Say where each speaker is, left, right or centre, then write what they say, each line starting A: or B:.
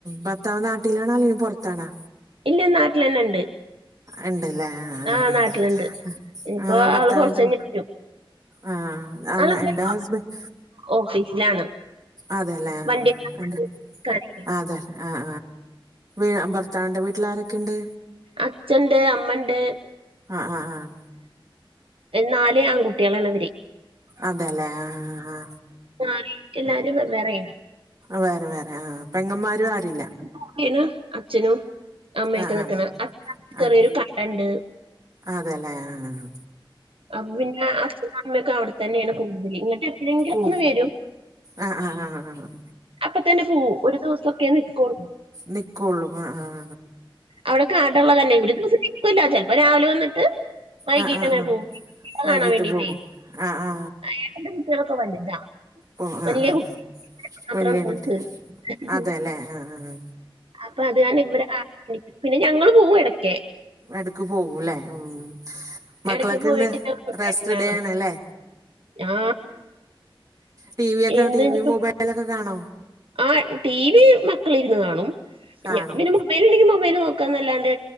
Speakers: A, on the right; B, on the right.
A: ഭത്താവ് നാട്ടിലാണോ അല്ലെങ്കിൽ പുറത്താണോ
B: ഇല്ല നാട്ടിൽ തന്നെ ഉണ്ട്
A: ഉണ്ട്ല്ലേ ആഹ്
B: ആ
A: ആഹ്
B: നാട്ടിലുണ്ട് ഇനിയിപ്പോ
A: ആ ഭർത്താവിന്റെ
B: ആള് കുറച്ച് കഴിഞ്ഞ് വരും
A: ആഹ് ആഹ്
B: ആളിവിടെ
A: എന്റെ ഹസ്ബൻഡ്
B: ഓഫീസിലാണ്
A: അതെല്ലേ ആഹ്
B: വണ്ടി എടുക്കാനേ
A: അതെ ആഹ് ആഹ് ഭർത്താവിന്റെ വീട്ടിൽ ആരൊക്കെ ഉണ്ട്
B: അച്ഛൻണ്ട് അമ്മണ്ട്
A: ആഹ് ആഹ് ആഹ്
B: നാല് ആൺകുട്ടികളാണ് അവര്
A: അതെല്ലേ ആഹ് ആഹ്
B: മാറിട്ട് എല്ലാരും വെവേറെയാണ്
A: വേറെ വേറെ ആഹ് പെങ്ങമ്മാരും ആരുല്ല
B: കുട്ടിന് അച്ഛനും അമ്മയൊക്കെ
A: ആഹ്
B: നിക്ണ്
A: ആഹ്
B: അച്ഛന് ചെറിയൊരു
A: ആഹ്
B: കടണ്ട്
A: അതെല്ലേ ആഹ്
B: അപ്പം പിന്നെ അച്ഛനും അമ്മയൊക്കെ അവിടെത്തന്നെയാണ് കൂടുതൽ ഇങ്ങിട്ട് എപ്പോഴെങ്കിലും
A: കൂ
B: ഒക്കൊന്ന് വരും
A: ആഹ് ആഹ് ആഹ്
B: അപ്പം തന്നെ പോവും ഒരു ദിവസൊക്കെനിക്കൊളൂ
A: നിക്കൊള്ളു മ് ആഹ്
B: അവിടെ കാടള്ളതല്ലെ ഒരു ദിവസും നിക്കുല്ല ചിലപ്പോ രാവിലെ വന്നിട്ട് വൈകീട്ട്
A: ആ ആ
B: അങ്ങനെ
A: ആ
B: പോകും <unintelligible> കാണാൻ
A: വൈകീട്ട്
B: വേണ്ടീട്ടേ
A: പോകും ആ ആ
B: ഏട്ടന്റെ കുട്ട്യാള്ളൊക്കെ വലുതാ
A: ഓ ആഹ്
B: വലിയ
A: ആഹ്
B: കുട്ടി
A: ആഹ്
B: മാത്രമാണ്
A: വല്ല്യ
B: പോയി
A: കുട്ടികൾ
B: ചേർത്ത്
A: അതെല്ലേ ആഹ് ആഹ്
B: അപ്പൊ അത് <unintelligible> പിന്നെ ഞങ്ങള് പോവും ഇടക്കേ
A: എടക്ക് പോകുംല്ലേ ഉം മക്കളൊക്കെന്ന്
B: ഇടയ്ക്ക് പോയിട്ട് ഞങ്ങൾ
A: റസ്റ്റ്
B: കാണും
A: ഡേ ആണ്ല്ലേ
B: ആ
A: ടി വി ഒക്കെ
B: ഇന്ന്
A: ടി
B: ഇനിയിപ്പോ
A: വി മൊബൈ ലൊക്കെ കാണോ
B: ആ ടി വി മക്കളിരുന്ന് കാണും
A: കാണും
B: ഞാൻ പിന്നെ മൊബൈലുണ്ടെങ്കിൽ മൊബൈല് നോക്കാന്നല്ലാണ്ട്